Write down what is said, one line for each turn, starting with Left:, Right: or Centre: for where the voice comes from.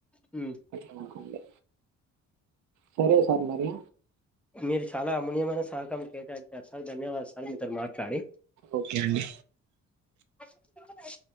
Centre: ఉ
Right: అనకుండే సరే సార్ మరి
Centre: మీరు చాలా అమూన్యమైన సహకారం చేశారు సార్ ధన్యవాద సార్ మీతోని మాట్లాడి
Right: ఓకే అండి
Centre: అ